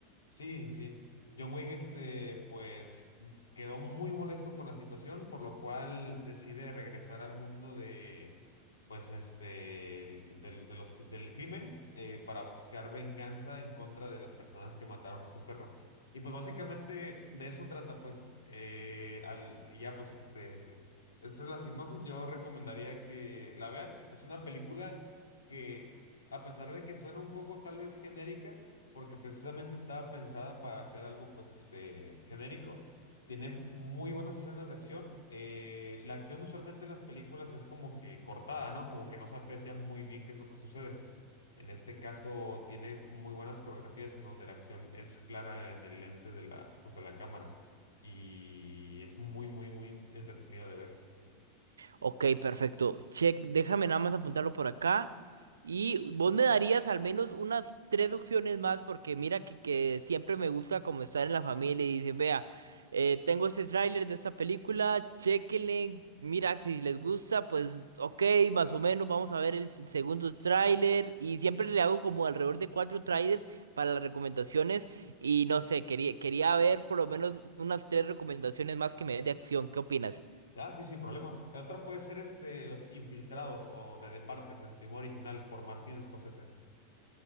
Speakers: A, on the left (about 70°); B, on the right (about 75°).
A: Sí, sí. John Wick, este, pues s- quedó muy molesto con la situación, por lo cual decide regresar al mundo de, pues, este, el- del, de los, cri- del crimen, eh, para buscar venganza en contra de las personas que mataron a su perro. Y pues básicamente de eso trata, pues, eh, al, y ya, pues, este, esa es la sinopsis. Yo recomendaría que la vean. Es una película que, a pesar de que suena un poco tal vez genérica, porque precisamente estaba pensada para hacer algo pues este genérico. Tiene muy buenas escenas de acción. Eh, la acción usualmente en las películas es como que cortada, ¿no? Como que no se aprecia muy bien qué es lo que sucede. En este caso tiene muy buenas coreografías en donde la acción es clara en el lente de la, pues, de la cámara y es muy, muy, muy entretenida de ver.
B: Ok, perfecto. Check, déjame nada más apuntarlo por acá. Y vos me darías al menos unas tres opciones más, porque mira que, que siempre me gusta como estar en la familia y dice, vea, eh, tengo este tráiler de esta película, chéquenle, mira si les gusta, pues ok, más o menos, vamos a ver el s- segundo tráiler. Y siempre le hago como alrededor de cuatro tráilers para las recomendaciones. Y no sé, quería, quería ver por lo menos unas tres recomendaciones más que me des de acción. ¿Qué opinas?
A: Ah, sí, sin problema. Otra puede ser este, Los Infiltrados o The Departed en su idioma original por Martin Scorsese.